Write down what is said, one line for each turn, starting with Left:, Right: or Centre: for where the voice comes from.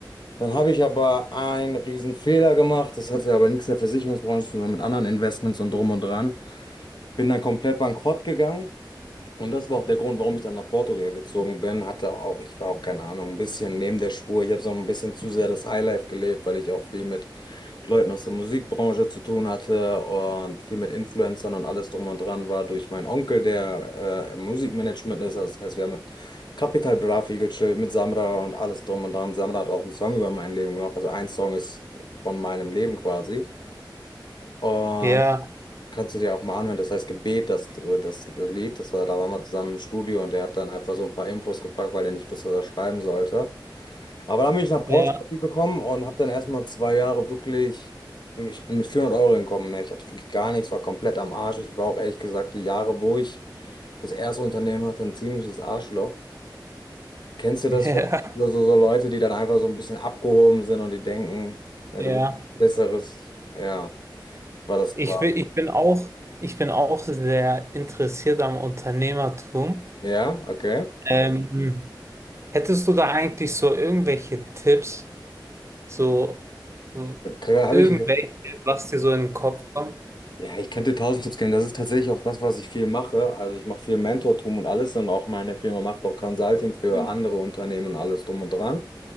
Left: Dann habe ich aber einen riesen Fehler gemacht. Das hatte aber nichts in der Versicherungsbranche zu tun, sondern mit anderen Investments und drum und dran. Bin dann komplett bankrott gegangen. Und das war auch der Grund, warum ich dann nach Portugal gezogen bin. Hatte auch, ich war auch, keine Ahnung, ein bisschen neben der Spur. Ich habe so ein bisschen zu sehr das Highlife gelebt, weil ich auch viel mit Leuten aus der Musikbranche zu tun hatte und viel mit Influencern und alles drum und dran war durch meinen Onkel, der äh, im Musikmanagement ist. Also das heißt, wir haben mit Capital Bra viel gechillt, mit Samra und alles drum und dran. Samra hat auch einen Song über mein Leben gemacht. Also ein Song ist von meinem Leben quasi. Und
Right: Ja,
Left: kannst du dir auch mal anhören. Das heißt Gebet, das, das, das Lied, das war, da waren wir zusammen im Studio und der hat dann einfach so ein paar Infos gefragt, weil er nicht wusste, was er schreiben sollte. Aber dann bin ich nach
Right: ja,
Left: Portugal gekommen und habe dann erstmal zwei Jahre wirklich, ich bin mit 400 Euro hingekommen. Ne? Ich hatte wirklich gar nichts, war komplett am Arsch. Ich war auch ehrlich gesagt die Jahre, wo ich das erste Unternehmen hatte, ein ziemliches Arschloch. Kennst du
Right: <laughs>
Left: das,
Right: ja,
Left: wenn so, so, so Leute, die dann einfach so ein bisschen abgehoben sind und die denken, ne,
Right: ja.
Left: du bist besseres? Ja, war das
Right: Ich
Left: quasi.
Right: bin, ich bin auch, ich bin auch sehr interessiert am Unternehmertum.
Left: Ja, okay.
Right: Ähm, Hättest du da eigentlich so irgendwelche Tipps, so mh,
Left: Ja. Habe
Right: irgendwelche,
Left: ich.
Right: was dir so in den Kopf kommt?
Left: Ja, ich könnte tausend Tipps geben. Das ist tatsächlich auch das, was ich viel mache. Also ich mache viel Mentortum und alles und auch meine Firma macht auch Consulting für andere Unternehmen und alles drum und dran.